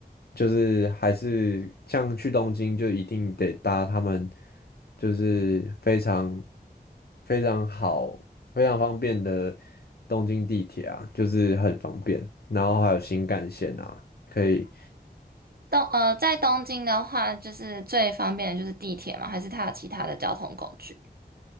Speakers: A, on the left (about 70°); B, on the right (about 65°).
A: 就是还是像去东京就一定得搭他们就是非常非常好非常方便的东京地铁啊，就是很方便，然后还有新干线啊。可以
B: 东呃，在东京的话，就是最方便的就是地铁嘛，还是它有其他的交通工具？